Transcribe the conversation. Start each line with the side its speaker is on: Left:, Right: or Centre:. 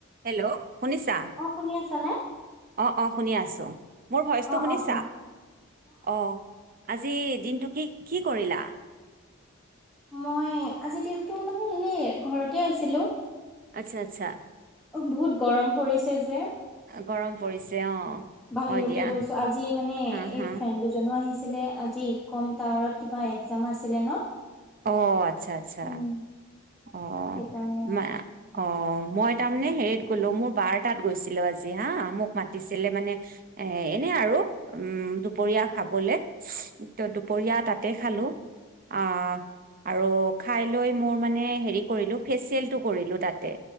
Right: হেল্ল' শুনিছা
Centre: অ শুনি আছা নে।
Right: অ অ শুনি আছো মোৰ ভইচটো
Centre: অ
Right: শুনিছা
Centre: অ কোৱা
Right: অ। আজি দিনটো কি কি কৰিলা।
Centre: মই আজিৰ দিনটো মানে এনেই ঘৰতে আছিলো।
Right: আচ্ছা আচ্ছা
Centre: বহুত গৰম পৰিছে যে।
Right: গৰম পৰিছে অঁ
Centre: বাহিৰতে
Right: হয় দিয়া
Centre: বহিছো আজি মানে
Right: হা হা
Centre: এই ফ্ৰেড জনো আহিছিলে আজি কম টাৱাৰত কিবা এক্জাম আছিলে ন।
Right: অ আচ্ছা আচ্ছা
Centre: উম
Right: অ
Centre: সেইকাৰণে
Right: না অ মই তাৰমানে হেৰিত গ'লো মোৰ বাৰ তাত গৈছিলো আজি হা মোক মাতিছিলে মানে। এ এনে আৰু উম দুপৰীয়া খাবলে ত দুপৰীয়া তাতে খালো। অ আৰু খাই লৈ মোৰ মানে হে কৰিলো ফেচিয়েলটো কৰিলোঁ তাতে